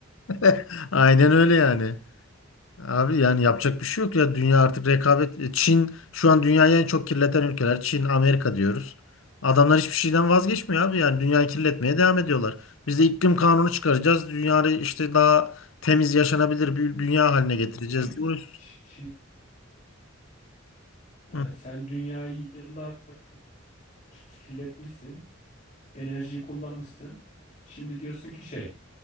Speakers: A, on the left; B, on the left.
A: <laughs> Aynen öyle yani. Abi yani yapacak bir şey yok ya. Dünya artık rekabet. e, Çin şu an dünyayı en çok kirleten ülkeler. Çin, Amerika diyoruz. Adamlar hiçbir şeyden vazgeçmiyor abi. Yani dünyayı kirletmeye devam ediyorlar. Biz de iklim kanunu çıkaracağız. Dünyayı işte daha temiz yaşanabilir bir dünya haline getireceğiz
B: Ya abi Ç-
A: diye uğraşıyoruz.
B: Ç- Çin, Ha,
A: Hı,
B: sen dünyayı yıllarca kirletmişsin. Enerjiyi kullanmışsın. Şimdi diyorsun ki şey.